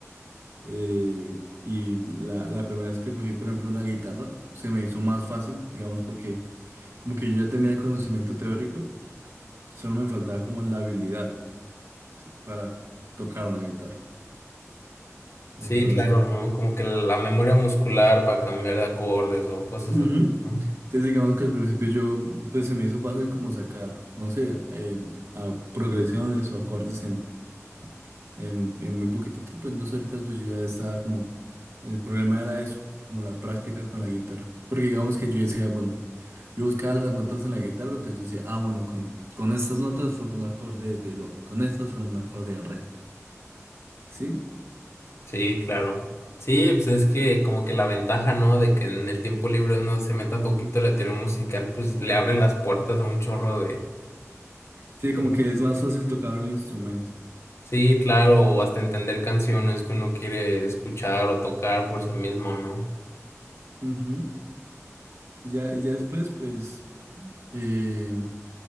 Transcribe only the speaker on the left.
Sí, claro, ¿no? Como que la memoria muscular para cambiar de acordes o cosas
así, ¿no?
Sí, claro. Sí, pues es que como que la ventaja, ¿no? De que en el tiempo libre uno se meta poquito a la teoría musical, pues le abre las puertas a un chorro de...
de-
Sí, claro, o hasta entender canciones que uno quiere escuchar o tocar por sí mismo, ¿no?